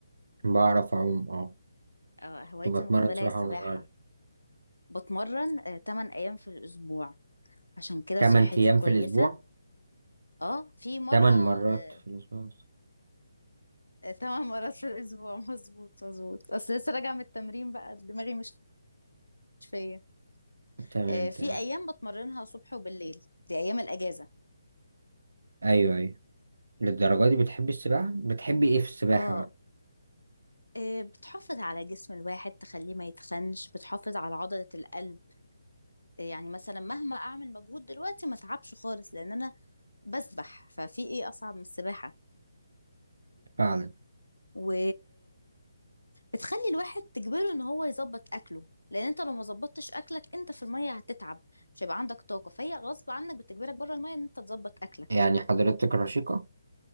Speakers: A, on the right; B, on the left.
A: بعرف اعوم اه
B: آه،
A: كنت
B: هوايتي
A: بتمرن
B: المفضلة
A: سباحه
B: هي السباحة
A: وانا صغير
B: بتمرن آه، 8 أيام في الأسبوع عشان كده
A: 8
B: صحتي
A: ايام
B: كويسة
A: في الاسبوع
B: اه في مرة
A: 8 مرات
B: آه،
A: في الاسبوع
B: آه، 8 مرات في الأسبوع <laughs> مظبوط مظبوط أصل لسه راجعة من التمرين بقى دماغي مش مش فيا
A: تمام
B: آه،
A: تمام
B: في أيام بتمرنها صبح وبالليل دي أيام الأجازة
A: ايوه ايوه للدرجه دي بتحبي السباحه بتحبي ايه في السباحه
B: اه
A: بقى
B: آه، بتحافظ على جسم الواحد تخليه ما يتخنش بتحافظ على عضلة القلب يعني مثلا مهما اعمل مجهود دلوقتي ما اتعبش خالص لان انا بسبح ففي ايه اصعب من السباحه
A: فعلا
B: و بتخلي الواحد تجبره ان هو يظبط اكله لان انت لو ما ظبطتش اكلك انت في الميه هتتعب مش هيبقى عندك طاقه فهي غصب عنك بتجبرك بره الميه ان انت تظبط اكلك
A: يعني حضرتك رشيقه